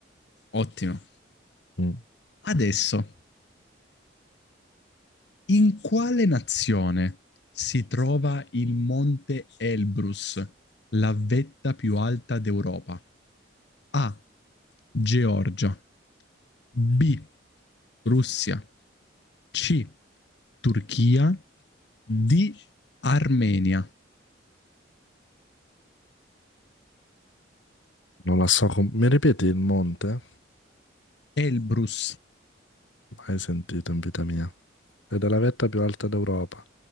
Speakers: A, on the left (about 60°); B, on the left (about 80°).
A: ottimo.
B: Mm,
A: Adesso, in quale nazione si trova il Monte Elbrus, la vetta più alta d'Europa? A. Georgia. B. Russia. C. Turchia. D. Armenia.
B: Non la so. com- Mi ripeti il monte?
A: Elbrus.
B: Mai sentito in vita mia. Ed è la vetta più alta d'Europa.